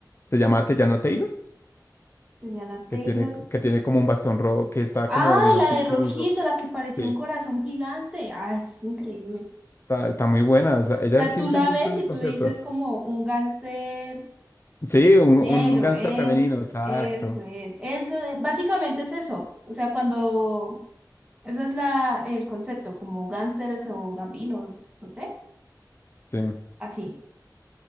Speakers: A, on the left; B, on the right.
A: se llama Teyana Taylor.
B: Tenían a Taylor.
A: que tiene, que tiene como un bastón rojo, que está
B: ¡Ay,
A: como vino
B: la
A: tinto
B: de rojito,
A: y go-
B: la que parecía
A: sí,
B: un corazón gigante! ¡Ay, es increíble!
A: está, está muy buena, o sea, ella
B: O sea,
A: sí
B: tú
A: entendió
B: la ves
A: todo el
B: y
A: concepto.
B: tú dices como un gángster
A: Sí, un,
B: negro,
A: un, un gángster
B: es,
A: femenino, exacto,
B: eso, es, eso, es- básicamente es eso. O sea, cuando Ese es la, el concepto, como gánsteres o gambinos, no sé,
A: sí.
B: así.